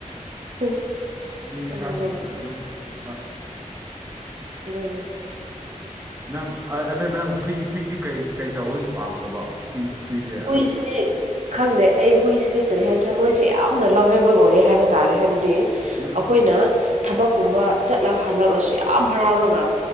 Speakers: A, on the right; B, on the right.
A: <inaudible>
B: ꯃꯤ
A: ꯑꯗꯨꯅꯦ
B: ꯈꯔꯥꯁꯤꯡꯅ ꯑꯗꯨꯝ ꯍꯣꯏ
A: ꯑꯗꯨꯅꯦ
B: ꯅꯪ ꯑꯗꯨ ꯅꯪ ꯍꯨꯏ ꯍꯨꯏꯗꯤ ꯀꯩ ꯀꯩ ꯇꯧꯕꯒꯤ ꯄꯥꯝꯈ꯭ꯔꯥꯕꯣ ꯍꯨꯏ ꯍꯨꯏꯖꯦ
A: ꯍꯨꯏꯁꯤꯅꯤ ꯈꯪꯗꯦ ꯑꯩ ꯍꯨꯏꯁꯤꯗꯤ ꯀꯔꯤ ꯍꯥꯏꯁꯤꯔꯥ ꯃꯣꯏꯁꯦ ꯌꯥꯝꯅ ꯂꯥꯚꯦꯕꯜ ꯑꯣꯏꯌꯦ ꯍꯥꯏꯕ ꯇꯥꯔꯦ ꯍꯥꯏꯕꯗꯤ
B: ꯎꯝ
A: ꯑꯩꯈꯣꯏꯅ ꯊꯕꯛ ꯀꯨꯝꯕ ꯆꯠꯂꯒ ꯍꯜꯂꯛꯔꯁꯨ ꯌꯥꯝ ꯍꯔꯥꯎꯔꯒ